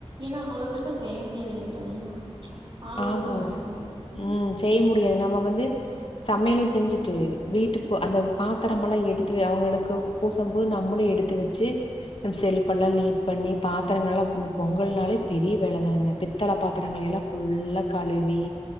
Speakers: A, on the right; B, on the left.
A: ஏனா அவ்ளோ பெருசா செய்ய முடியாது இல்லிங் தனியா. ஆள் விடுறது
B: ஆமாங்க
A: நல்லதுங்க
B: ம் செய்ய முடியாது நம்ம வந்து சமையல் செஞ்சுட்டு வீட்டுக்போ அந்த பாத்தரம் எல்லா எடுத்து வெ அவங்க எடுக்கவ் பூசம் போது நம்மளு எடுத்து வெச்சு நம் செல்ஃப் எல்லா நீட் பண்ணி பாத்தரங்ளெலா இந்த பொங்கல்னாலே பெரிய வேல தானுங்க பித்தள பாத்தரங்களை எல்லா ஃபுல்ல கழுவி